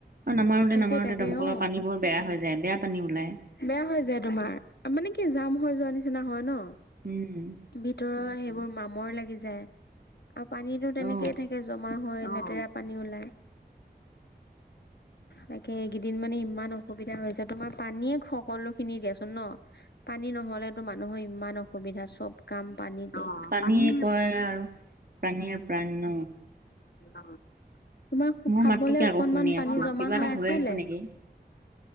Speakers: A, on the right (about 60°); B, on the left (about 75°).
A: অ' নামাৰোতে
B: তাকে
A: নামাৰোতে
B: তাকে
A: দমকলৰ
B: অ
A: পানী বোৰ বেয়া হৈ যায় বেয়া পানী ওলাই।
B: বেয়া হৈ যায় তোমাৰ, মানে কি জাম হৈ যোৱা নিচিনা হয় ন।
A: উম!
B: ভিতৰৰ সেইবোৰ মামৰ লাগি যায় আৰু পানীতো তেনেকে
A: অ
B: থাকে জমা হয় লেতেৰা পানী ওলাই। তাকে এইকেইদিন মানে ইমান অসুবিধা হৈছে তোমাৰ পানীয়ে সকলো খিনি দিয়াচোন ন। পানী নহ'লেতো মানুহৰ ইমান অ অসুবিধা চব কাম পানী
A: পানীয়ে
B: পানী নাই
A: কয় আৰু পানীয়ে প্ৰাণ ন
B: আৰু। তোমাৰ
A: মোৰ
B: খাবলে
A: মাতটোকে
B: অকনমান
A: আকৌ শুনি
B: পানী
A: আছো
B: জমা
A: কিবা
B: হৈ
A: এটা
B: আছিলে
A: আছে নেকি